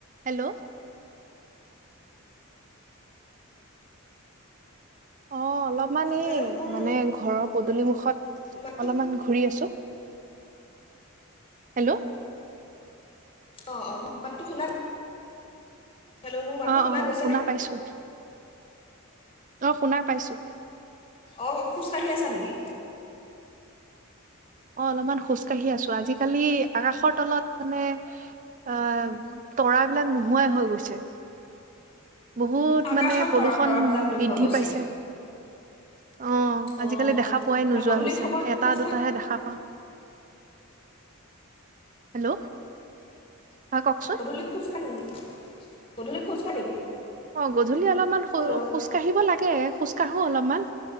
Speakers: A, on the right; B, on the left.
A: Hello. অ', অলপ মানে
B: হেল্ল' মোৰ
A: মানে ঘৰত পদূলিমুখত
B: মাত
A: অলপমান ঘূৰি আছো হেল্ল'।
B: অ', অ', মোৰ মাতটো শুনা হেল্ল' মোৰ মাতটো
A: অ', অ',
B: গৈছেনে
A: শুনা পাইছো, অ', শুনা পাইছো।
B: অ', খোজ কাঢ়ি আছা নিকি?
A: অ', অলপমান খোজ কাঢ়ি আছো আজিকালি আকাশৰ তলত মানে আহ তৰা বিলাক নোহোৱাই হৈ গৈছে। বহুত
B: আকাশত
A: মানে প্ৰদূষণ
B: তৰা তৰাবিলাক নোহোৱা
A: বৃদ্ধি
B: হৈছে
A: পাইছে অ',
B: অঁ
A: আজিকালি দেখা পোৱাই নোযোৱা
B: আৰু গধূলি
A: হৈছে
B: সময়ত
A: এটা
B: খোজকাঢ়া
A: দুটাহে দেখা পাওঁ। হেল্ল'। হয় কওকচোন
B: গধূলি খোজ কাঢ়ি আহি গধূলি খোজকাঢ়ি নেকি?
A: অ', গধূলি অলপমান
B: হেল্ল'
A: খোজ কাঢ়িব লাগে, খোজকাঢ়ো অলপমান।